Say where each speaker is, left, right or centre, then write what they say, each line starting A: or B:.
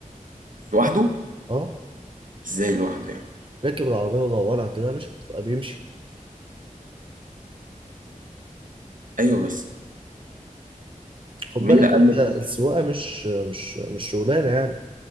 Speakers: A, on the right (about 70°); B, on the right (about 40°).
A: لوحده؟
B: اه
A: إزاي لوحده يعني؟
B: ركب العربيه ودورها كده مش هتبقى بيمشي
A: ايوه بس
B: خد
A: مين
B: بالك
A: اللي قال
B: انت
A: له
B: السواقه مش مش مش شغلانه يعني